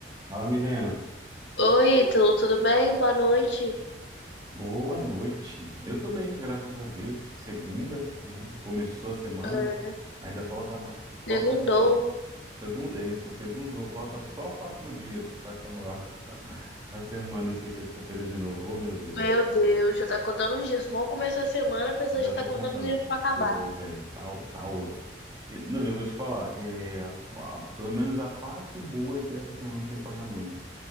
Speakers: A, on the right (about 20°); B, on the left (about 80°).
A: Fala, Milena.
B: Oi, Ítalo, tudo bem? Boa noite.
A: Boa noite. Eu tô bem, graças a Deus. Segunda, né? Começou a semana.
B: É,
A: Ainda falta mais, falta
B: Segundou.
A: só segunda, é isso, segundo, falta só quatro dias para acabar <laughs> a semana e ser sexta-feira de novo. Oh, meu Deus.
B: Meu Deus, já tá contando os dias. Mal começou a semana, a pessoa
A: Já
B: já
A: tô
B: tá contando
A: contando.
B: os dias pra acabar.
A: Tô, velho, tá, tá osso. E, não, eu vou te falar, é, a- a- pelo menos a parte boa é que essa semana tem pagamento.